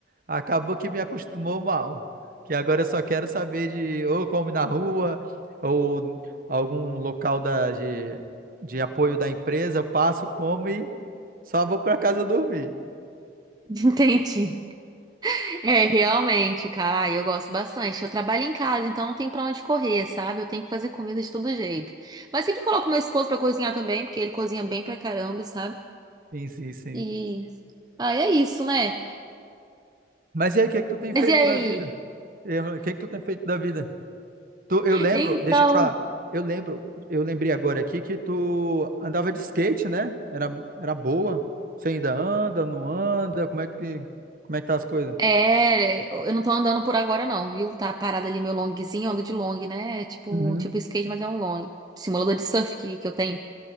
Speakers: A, on the right; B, on the right.
A: Acabou que me acostumou mal. Que agora eu só quero saber de ou come na rua ou algum local da, de, de apoio da empresa, eu passo, como e só vou para casa dormir.
B: <laughs> Entendi. É, realmente, cara, eu gosto bastante. Eu trabalho em casa, então não tem pra onde correr, sabe? Eu tenho que fazer comida de todo jeito. Mas sempre coloco meu esposo pra cozinhar também, porque ele cozinha bem pra caramba, sabe?
A: Sim, sim, sim.
B: E. Ah, é isso, né?
A: Mas e aí, o que é que tu tem feito
B: Mas e aí?
A: da vida? Eu- O que é que tu tem feito da vida? Tu, eu lembro,
B: Então,
A: deixa eu te falar. Eu lembro, eu lembrei agora aqui que tu andava de skate, né? Era, era boa. Você ainda anda, não anda? Como é que, como é que tá as coisas?
B: é, eu não tô andando por agora não, viu? Tá parado ali meu longzinho, eu ando de long, né? É Tipo,
A: Uhum,
B: tipo skate, mas é um long. Simulador de surf que, que eu tenho.